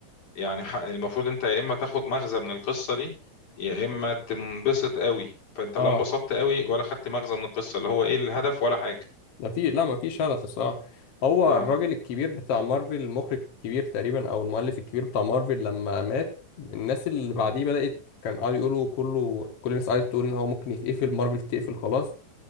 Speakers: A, on the left; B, on the left.
A: يعني ح- المفروض انت يا اما تاخد مغزى من القصه دي يا اما تنبسط قوي فانت
B: اه
A: لا انبسطت قوي ولا خدت مغزى من القصه اللي هو ايه الهدف ولا حاجه
B: ما في لا ما في شغف الصراحة هو
A: اه
B: الراجل الكبير بتاع مارفل المخرج الكبير تقريبا او المؤلف الكبير بتاع مارفل لما مات الناس اللي بعديه
A: اه
B: بدأت كان قعدوا يقولوا كله كل الناس قعدت تقول ان هو ممكن يتقفل مارفل تقفل خلاص